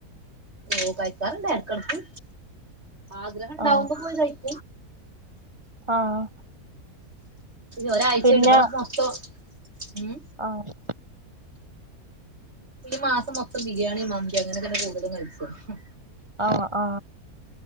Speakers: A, on the right; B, on the right.
A: ഓ കഴിക്കാറുണ്ട് ഇടക്കിടയ്ക്ക്. ആഗ്രഹണ്ടാവുമ്പോ
B: ആ
A: പോയി കഴിക്കു
B: ആഹ്
A: ഒരാഴ്ചയായിട്ട്
B: പിന്നെ
A: ഇവിടൊക്കെ മൊത്തോ ഉം
B: ആഹ്
A: ഈ മാസം മൊത്തം ബിരിയാണി, മന്തി അങ്ങനെക്കന്നെ കൂടുതലും കഴിച്ചത്. ഹും
B: ആവൊ ആ